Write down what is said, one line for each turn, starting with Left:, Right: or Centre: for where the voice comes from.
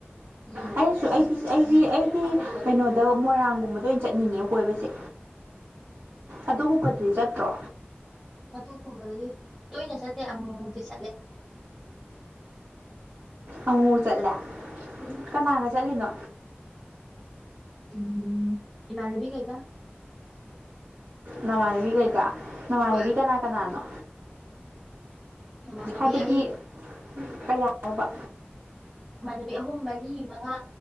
Centre: ꯎꯝ
Right: ꯑꯩꯅꯁꯨ ꯑꯩ ꯑꯩꯗꯤ ꯑꯩꯗꯤ ꯀꯩꯅꯣꯗ ꯃꯣꯏꯔꯥꯡꯒꯨꯝꯕꯗ ꯑꯣꯏꯅ ꯆꯠꯅꯤꯡꯉꯦ ꯀꯣꯏꯕꯁꯦ ꯑꯗꯨꯒꯨꯝꯕꯗꯤ ꯆꯠꯇ꯭ꯔꯣ
Centre: ꯑꯗꯨꯒꯨꯝꯕꯗꯗꯤ ꯇꯣꯏꯅ ꯆꯠꯇꯦ ꯑꯃꯨꯃꯨꯛꯇꯤ ꯆꯠꯂꯦ
Right: ꯑꯃꯨꯃꯨ ꯆꯠꯂꯦ
Centre: ꯎꯝ
Right: ꯀꯅꯥꯒ ꯆꯠꯂꯤꯅꯣ
Centre: ꯎꯝ ꯏꯃꯥꯟꯅꯕꯤꯒꯩꯒ
Right: ꯅꯃꯥꯟꯅꯕꯤ ꯒꯩꯒ ꯅꯃꯥꯟꯅꯕꯤ
Centre: ꯍꯣꯏ
Right: ꯀꯅꯥ ꯀꯅꯥꯅꯣ
Centre: ꯏꯃꯥꯟꯅꯕꯤ
Right: ꯍꯥꯏꯕꯗꯤ
Centre: ꯑꯩ
Right: ꯀꯌꯥ <unintelligible> ꯕ
Centre: ꯏꯃꯥꯟꯅꯕꯤ ꯑꯍꯨꯝ ꯃꯔꯤ ꯃꯉꯥ